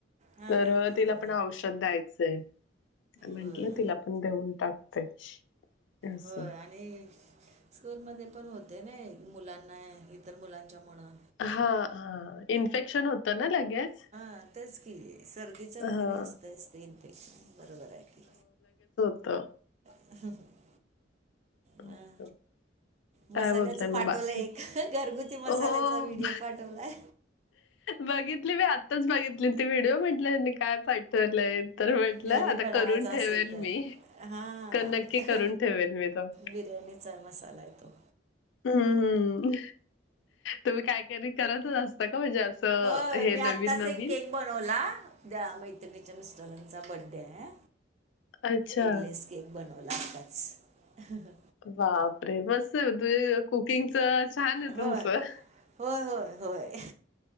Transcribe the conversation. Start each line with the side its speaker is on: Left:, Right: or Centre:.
Right: हा
Left: तर
Right: हा हा
Left: तिला
Right: हा,
Left: पण औषध द्यायचंय. म्हटलं
Right: होय
Left: तिला पण देऊन टाकते. अस
Right: होय. आण आणि स्कूलमध्ये पण होते ने मुलांना इतर मुलांच्या मुळं
Left: हा हा, इन्फेक्शन होतं ना लगेच
Right: हा तेच की सर्दीच वगैरे
Left: हा
Right: असतं अस ते इन्फेक्शन बरोबर आहे.
Left: कफ
Right: <inaudible>
Left: <inaudible>
Right: हां मसाल्याचं
Left: काय बोलताय मग
Right: पाठवलंय
Left: बाकी
Right: एक घरगुती मसाल्याचा
Left: हो
Right: व्हिडिओ पाठवलाय.
Left: बघितली मी आत्ताच बघितली, ती व्हिडिओ म्हटले ह्यांनी काय पाठवलंय. तर म्हटलं
Right: घरी
Left: आता
Right: बनवायचा
Left: करून
Right: असेल
Left: ठेवेल
Right: तर
Left: मी,
Right: हां
Left: नक्की करून ठेवेल मी तो.
Right: बिर्याणीचा मसाला हाय तो.
Left: हम्म, हम तुम्ही कायतरी करतच असता का? म्हणजे अस त,
Right: होय
Left: हे
Right: मी आत्ताच
Left: नवीन -नवीन.
Right: एक केक बनवला, उद्या मैत्रिणीच्या मिस्टरांचा बडे हाय.
Left: अच्छा
Right: एगलेस केक बनवला आताच. हं, हं.
Left: बापरे मस्त आहे म, ते कुकिंगच छान आहे
Right: होय.
Left: तुमचं.
Right: होय, होय, होय.